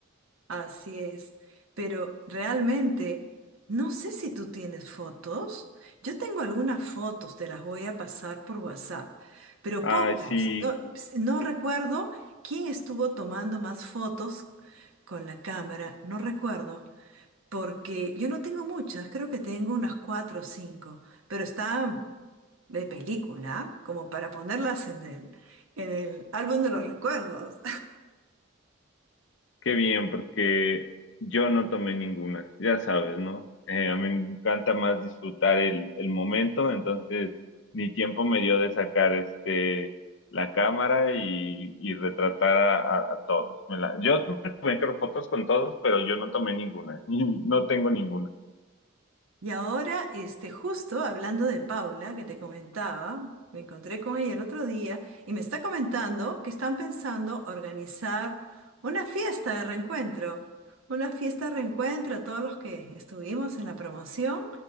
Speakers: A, on the right; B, on the left.
A: Así es, pero realmente no sé si tú tienes fotos. Yo tengo algunas fotos, te las voy a pasar por WhatsApp, pero
B: Ay,
A: pocas.
B: sí,
A: No, ps- no recuerdo quién estuvo tomando más fotos con la cámara, no recuerdo, porque yo no tengo muchas, creo que tengo unas cuatro o cinco, pero están de película, como para ponerlas en el, en el álbum de los recuerdos.
B: Qué bien, porque yo no tomé ninguna, ya sabes, ¿no? Eh, a mí me encanta más disfrutar el, el momento, entonces ni tiempo me dio de sacar este la cámara y, y retratar a, a- a todos. Me la- yo me tomé creo, fotos con todos, pero yo no tomé ninguna, <laughs> y no tengo ninguna.
A: Y ahora, este, justo hablando de Paula, que te comentaba, me encontré con ella el otro día y me está comentando que están pensando organizar una fiesta de reencuentro, una fiesta de reencuentro a todos los que estuvimos en la promoción